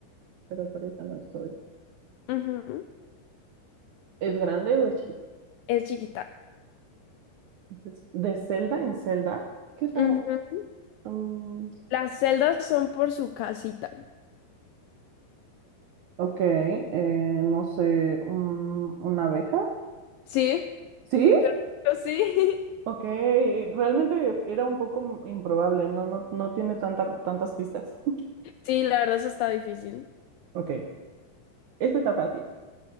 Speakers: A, on the right; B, on the left.
A: pero por eso no estoy.
B: Ujú.
A: ¿Es grande o es chiquito?
B: Es chiquita.
A: Entonces, De Zelda en Zelda. Qué raro.
B: Ujú.
A: Mm,
B: Las celdas son por su casita.
A: Ok, eh, no sé, un- una abeja.
B: Sí,
A: ¿Sí?
B: perfecto, sí.
A: ok,
B: <laughs>
A: realmente era un poco m- improbable, no, no, no tiene tanta, tantas pistas. <laughs>
B: Sí, la verdad eso está difícil.
A: Ok, este está fácil.